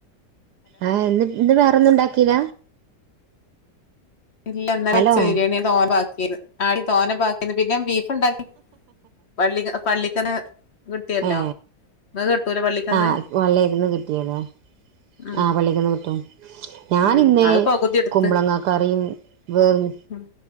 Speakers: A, on the right; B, on the left.
A: ആ ഇന്ന് വേറെൊ ഒന്നും ഉണ്ടാക്കില
B: ഇല്ല ഇന്നലെ
A: ഹലോ
B: വെച്ച ബിരിയാണിയ തോനെ വാ ആടി തോന്ന ബാക്കിന്ന് പിന്നെബീഫ് ബീഫ് ഉണ്ടാക്കി പള്ളിക്കന്ന് പള്ളിക്കന്ന് കിട്ടിയല്ലോ
A: ഏ
B: ഇങ്ങക്ക് കിട്ടൂല പള്ളിക്കന്ന്
A: ആ പള്ളിക്കന്ന് കിട്ടിയില്ലെ
B: ഉം
A: ആ പ ള്ളി ക്കന്ന് കിട്ടും ഞാന്ന്
B: ഉം
A: ഇന്നേ
B: അത് പകുതി എടുത്ത്
A: കുമ്പളങ്ങ കറി വേവ്
B: ഉം